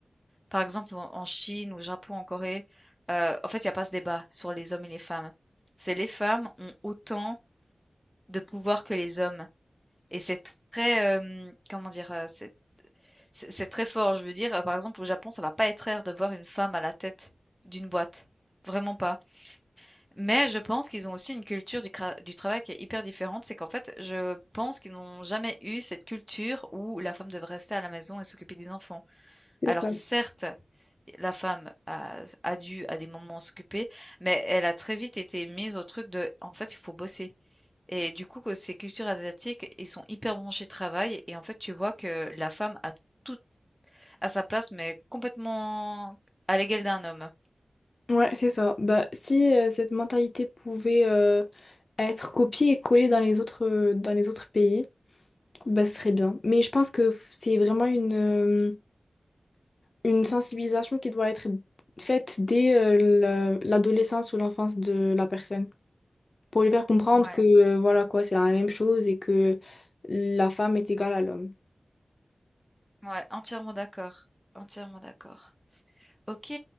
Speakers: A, in the centre; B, on the left.
A: par exemple, en en Chine, au Japon, en Corée, heu, en fait, il y a pas ce débat sur les hommes et les femmes. C'est les femmes ont autant de pouvoir que les hommes. Et c'est très, euh, comment dire, euh, c'est c'est- c'est très fort. Je veux dire, euh, par exemple, au Japon, ça va pas être rare de voir une femme à la tête d'une boîte. Vraiment pas. Mais je pense qu'ils ont aussi une culture du, cra- du travail qui est hyper différente. C'est qu'en fait, je pense qu'ils n'ont jamais eu cette culture où la femme devrait rester à la maison et s'occuper des enfants.
B: C'est
A: Alors
B: ça.
A: certes, la femme a a dû à des moments s'occuper, mais elle a très vite été mise au truc de: «En fait, il faut bosser» et du coup que ces cultures asiatiques, ils sont hyper branchés travail et en fait, tu vois que la femme a tout à sa place, mais complètement à l'égal d'un homme.
B: Ouais, c'est ça. Bah, si euh, cette mentalité pouvait euh, être copiée et collée dans les autres, dans les autres pays, bah, ce serait bien. Mais je pense que f- c'est vraiment une... euh, une sensibilisation qui doit être faite dès euh, le- l'adolescence ou l'enfance de la personne pour lui faire comprendre
A: Ouais.
B: que euh, voilà quoi, c'est la même chose et que la femme est égale à l'homme.
A: Ouais, entièrement d'accord, entièrement d'accord. OK,